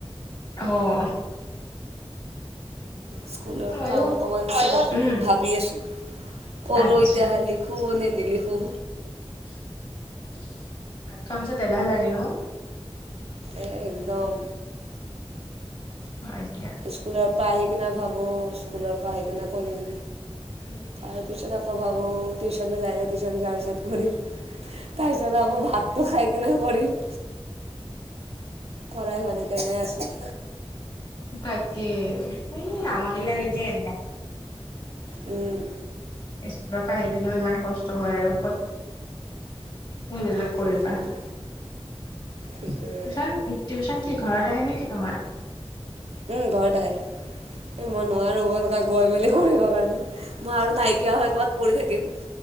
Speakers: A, on the left (about 45°); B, on the right (about 80°).
A: অহ উমহ।
B: স্কুলৰ
A: ময়ো
B: কাম অকমান, ময়ো,
A: উম
B: ভাবি আছোঁ কৰো
A: আচ্ছা
B: এতিয়া খালি খু নিদিলি খু
A: <unintelligible> ভাত খোৱা পিছত এলাহ লাগে ন?
B: এহ একদম।
A: মাইকিয়া
B: স্কুলৰ পৰা আহি কিনে ভাবোঁ স্কুলৰ পৰা আহি কিনে কৰিম।
A: উম।
B: তাৰপিছত আকৌ ভাবোঁ টিউচনটো যাই যাই টিউচন যোৱাৰ পিছত কৰিম। তাৰপিছত আকৌ ভাত টো খাই কিনে কৰিম। কৰাই হোৱা নাই তেনেই আছোঁ।
A: তাকে, সেই আমনি লাগে যে এইবিলাক।
B: উম।
A: স্কুলৰ পৰা আহি পিনিও ইমান কষ্ট হয় আৰু ক'ত সেই বিলাক কৰিবা।
B: সেইটোৱেতো সেইটোৱে
A: টিউচন টিউচন কি ঘৰত আহে নে কি তোমাৰ?
B: উম ঘৰত আহে। এ মই নোৱাৰোঁ অ এনেকুৱা গৈ মেলি কৰিবৰ কাৰণে মই আৰু নাই কিয়া হৈ ক'ৰবাত পৰি থাকিম।